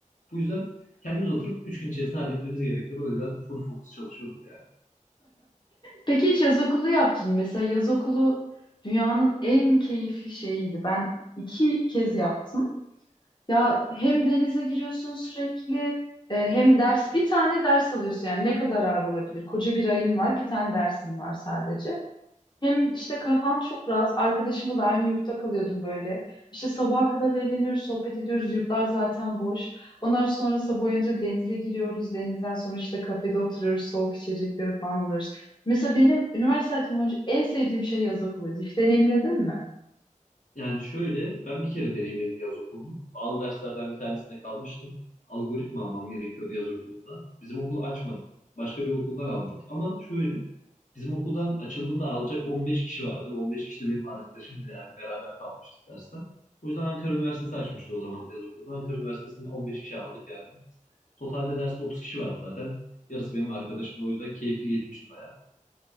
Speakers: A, on the left (about 70°); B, on the left (about 35°).
A: Bu yüzden kendimiz oturup 3 gün içerisinde halletmemiz gerekiyordu. O yüzden full fokus çalışıyorduk yani.
B: Peki hiç yaz okulu yaptın? mı? Mesela yaz okulu dünyanın en keyifli şeyiydi. Ben iki kez yaptım. Ya hem denize giriyorsun sürekli e, hem ders bir tane ders alıyorsun yani ne kadar ağır olabilir? Koca bir ayın var bir tane dersin var sadece. Hem işte kafan çok rahat. Arkadaşımla da aynı yurtta kalıyordum böyle. İşte sabaha kadar eğleniyoruz, sohbet ediyoruz. Yurtlar zaten boş. Ondan sonra sabah uyanınca denize giriyoruz. Denizden sonra işte kafede oturuyoruz. Soğuk içecekleri falan alıyoruz. Mesela benim üniversite hayatım boyunca en sevdiğim şey yaz okuluydu. Hiç deneyimledin mi?
A: Yani şöyle ben bir kere deneyimledim yaz okulunu. Bazı derslerden bir tanesinde kalmıştım. Algoritma almam gerekiyordu yaz okulunda. Bizim okul açmadı. Başka bir okuldan aldık ama şöyle bizim okuldan açıldığında alacak 15 kişi vardı. 15 kişi de benim arkadaşım da yani beraber kalmıştık derste. O yüzden Ankara Üniversitesi açmıştı o zaman yaz okulunu. Ankara Üniversitesi'nde 15 kişi aldık yani. Totalde derste 30 kişi vardı zaten. Yarısı benim arkadaşım da o yüzden keyifli geçmişti bayağı.